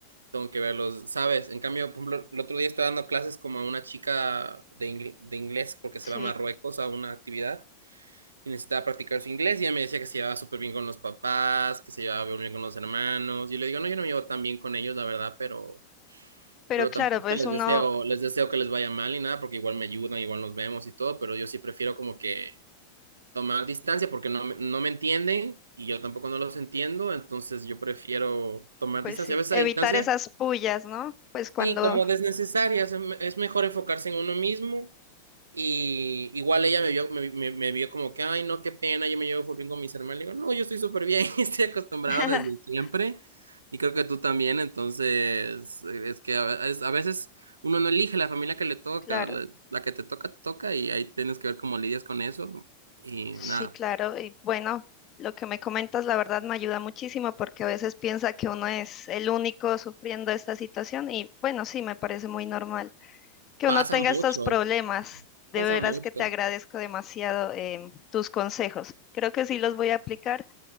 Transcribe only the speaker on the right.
Tengo que verlos, ¿sabes? En cambio, por ejemplo, el otro día estoy dando clases como a una chica de, ingl- de inglés porque se
va a Marruecos a una actividad y necesitaba practicar su inglés y ella me decía que se llevaba súper bien con los papás, que se llevaba muy bien con los hermanos. Y yo le digo, no, yo no me llevo tan bien con ellos, la verdad, pero,
pero
tampoco es
que les
deseo, les deseo que les vaya mal ni nada, porque igual me ayudan, igual nos vemos y todo, pero yo sí prefiero como que tomar distancia porque no, me- no me entienden y yo tampoco no los entiendo, entonces yo prefiero tomar
distancia.
A veces
a distancia,
sí, como desnecesaria, es, es mejor enfocarse en uno mismo y igual ella me vio, me, me- me vio como que, ay, no, qué pena, yo me llevo full bien con mis hermanos. Le digo, no, yo estoy súper bien, <laughs> estoy acostumbrado
desde siempre. Y creo que tú también, entonces, eh, es que a, es- a veces uno no elige la familia que le toca,
la, la que te toca, te toca, y ahí tienes que ver cómo lidias con eso. Y
nada,
pasa
mucho,
pasa
mucho.